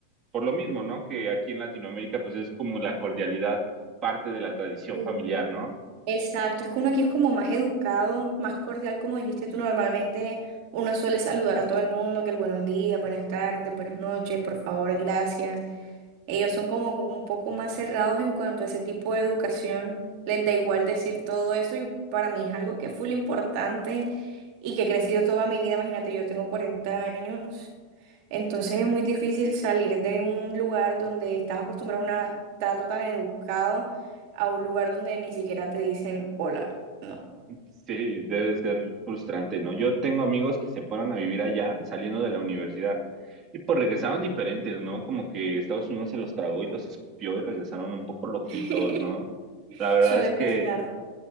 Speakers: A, on the right; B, on the right.
A: por lo mismo, ¿no? Que aquí en Latinoamérica pues es como la cordialidad parte de la tradición
B: Sí.
A: familiar, ¿no?
B: Exacto, es que uno aquí es como más educado, más cordial, como dijiste tú normalmente. Uno suele saludar a todo el mundo, que el buenos días, buenas tardes, buenas noches, por favor, gracias. Ellos son como un poco más cerrados en cuanto a ese tipo de educación. Les da igual decir todo eso y para mí es algo que es full importante y que he crecido toda mi vida. Imagínate, yo tengo 40 años, entonces es muy difícil salir de un lugar donde estás acostumbrado a un trato tan educado a un lugar donde ni siquiera te dicen hola. No,
A: Sí, debe ser frustrante, ¿no? Yo tengo amigos que se fueron a vivir allá saliendo de la universidad y pues regresaron diferentes, ¿no? Como que Estados Unidos se los tragó y los escupió y regresaron un poco loquitos,
B: <laughs>
A: ¿no? La verdad
B: suele
A: es que
B: pasar.